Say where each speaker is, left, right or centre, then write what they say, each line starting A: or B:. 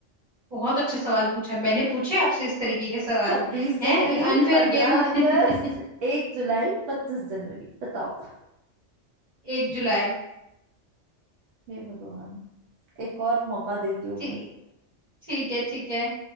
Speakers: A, on the right (about 40°); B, on the right (about 85°).
A: बहुत अच्छे सवाल पूछे हैं। मैंने पूछे आपसे इस तरीके के सवाल
B: छब्बीस
A: हैं
B: जनवरी
A: ये अनफेयर
B: पंद्रह
A: गेम
B: अगस्त
A: <laughs>
B: एक जुलाई पच्चीस जनवरी बताओ
A: एक जुलाई
B: हे भगवान एक और मौका देती हूँ
A: ठीक
B: मैं
A: ठीक है ठीक है